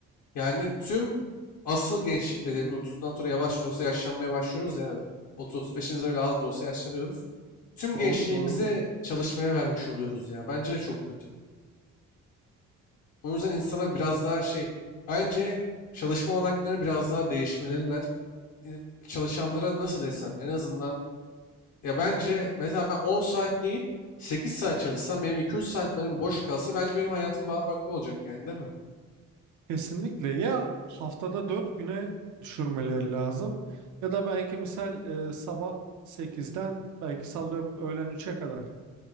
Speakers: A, on the left (about 70°); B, on the right (about 75°).
A: yani tüm asıl gençlik dediğimiz 30'dan sonra yavaş da olsa yaşlanmaya başlıyoruz ya abi. 30-35'imize bile az da olsa yaşlanıyoruz. Tüm gençliğimizi
B: Doğru doğru.
A: çalışmaya vermiş oluyoruz ya. Bence de çok kötü. O yüzden insana biraz daha şey bence çalışma olanakları biraz daha değişmeliler. e, çalışanlara nasıl desem en azından ya bence mesela ben 10 saat değil 8 saat çalışsam benim 2-3 saat benim boş kalsa belki benim hayatım daha farklı olacak yani değil mi?
B: Kesinlikle ya haftada 4 güne düşürmeleri lazım ya da belki misal e, sabah sekizden belki sallıyorum öğlen üç'e kadar.